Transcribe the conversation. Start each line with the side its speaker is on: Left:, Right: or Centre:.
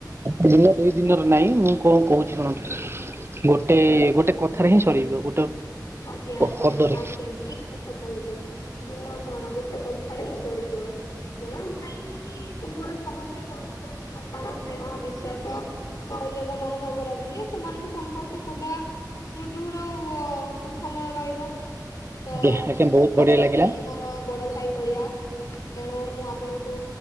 Right: ଦିନ ଦୁଇ ଦିନରେ ନାଇଁ ମୁଁ କଣ କହୁଛି ଶୁଣନ୍ତୁ? ଗୋଟେ ଗୋଟେ କଥାରେ ହିଁ ସରଯିବ ଗୋଟେ
Left: ଆଜ୍ଞା ଆଜ୍ଞା
Right: ପଦରେ
Left: ଆଜ୍ଞା ଠିକ୍ କଥା କହିଲେ ଦିନ କଣ ଗୋଟେ କଥାରେ ହିଁ ସରିଯିବ। ଜଣ ଭାଇ ଭଉଣୀ ଉ ସବୁବେଳେ ପରସ୍ପରକୁ ସମ୍ମାନ ସ୍ନେହ ବିଶ୍ଵାସ ସହଯୋଗ ମନୋଭାବ ରଖିଲେ ସେମାନଙ୍କ ସମ୍ପର୍କ ସଦା ସୁଦୃଢ ଓ ସୁ ଖାଇବା ରହିବ
Right: ଆଜ୍ଞା
Left: ତ ମୁଁ
Right: ଆଜ୍ଞା ବହୁତ ବଢିଆ
Left: ଆପଣ
Right: ଲାଗିଲା
Left: ବି ମୋର ବଡ଼ ଭାଇ ଭଳିଆ ତେଣୁ ମୁଁ ଆପଣଙ୍କୁ